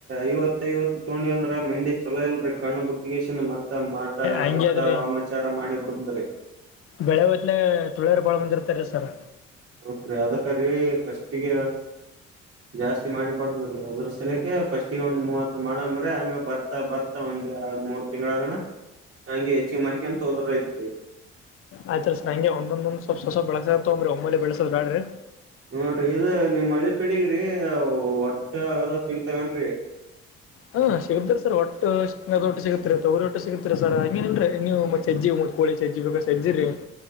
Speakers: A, on the right; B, on the left.
A: ಐವತ್ತೈವತ್ತ ತಗೊಂಡ ಅಂದ್ರ ಮಂದಿ ಚಲೋ ಇಲ್ರಿ ಕಣ್ಣ್ಬಿಟ್ಟ ಇಗಷನ್ ಮತ್ತ ಮಾಟ
B: ಹಂಗೆ
A: ಮಂತ್ರ
B: ಅದ್ರಿ
A: ವಾಮಾಚಾರ ಮಾಡಿ ಬಿಡತ್ರೀ.
B: ಬೆಳೆ ಹೊತ್ಲೆ ತುಳಿಯರ ಬಾಳ ಬಂದಿರ್ತರಿ ಸರ್.
A: ಹ ರೀ ಅದಕ್ಕರೀ ಫಸ್ಟಿಗ ಜಾಸ್ತಿ ಮಾಡಿಬಾರ್ದ್ರೀ ಅದ್ರ ಸಲಕ ಫಸ್ಟಗ ಒಂದ್ ಮೂವತ್ ಮಾಡಮ್ರಿ ಆಮೇಲ ಬರ್ತಾ ಬರ್ ಒಂದ ಯಾಡ ಮೂರ ತಿಂಗಳಗನ ಹಂಗೆ ಹೆಚ್ಚಿಗ ಮಾಡ್ಕ ಅಂತ ಹೋದ್ರ ಐತ್ರಿ.
B: ಆಯ್ತರಿಸ ಹಂಗೆ ಒಂದ ಸ್ವಲ್ಪ ಸ ಸ್ವಲ ಬೆಳಸತೊಂಬ್ರಿ ಒಮ್ಮೇ ಬೆಳಸೋ ಬೇಡ್ರಿ.
A: ಹ್ಮ ರೀ ಇದ ನಿಮ್ಮ ಹಳ್ಳಿ ಕಡಗ್ರೀ ಒಟ್ಟೆ ಅವೆಲ್ಲಾ ಸಿಗ್ತವೇನ್ರಿ.
B: ಹಾ ಸಿಗತ್ರ ಸರ್ ಒಟ್ಟು ಸೆಂಗದ ಒಟ್ಟ ಸಿಗತರಿ ತಗರಿ ಓಟ್ಟ ಸಿಗತ್ರಿ ಸರ್ ಹಂಗೇನಲ್ರೀ ನೀವು ಮೆಜ್ಜಿ ಕೋಳಿ ಚಜ್ಜಿ ಬೇಕಾ ಸಜ್ಜಿರಿ